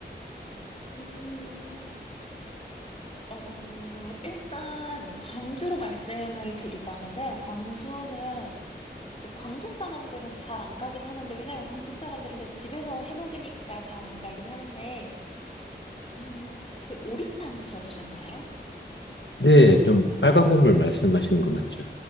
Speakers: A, on the left; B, on the left.
A: 음, 어, 일단, 광주로 말씀을 드리자면은, 광주는 그 광주 사람들은 잘 안 가긴 하는데, 왜냐면 광주 사람들은 그냥 집에서 해 먹으니까 잘 안 가긴 하는데, 음, 그 오리탕 드셔보셨나요?
B: 네, 좀 빨간 국물 말씀하시는 거 맞죠?